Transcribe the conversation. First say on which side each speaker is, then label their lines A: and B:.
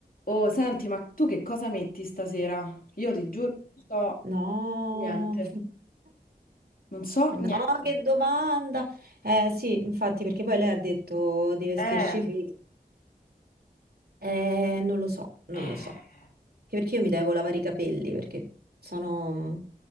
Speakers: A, on the left (about 60°); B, on the right (about 70°).
A: Oh, senti, ma tu che cosa metti stasera? Io ti giuro, non so
B: No,
A: niente. Non so
B: no,
A: niente.
B: che domanda. Eh sì, infatti, perché poi lei ha detto di vestirci
A: Eh,
B: fighe. Eh, non lo so, non
A: eh,
B: lo so. Anche Perché io mi devo lavare i capelli, perché sono mm,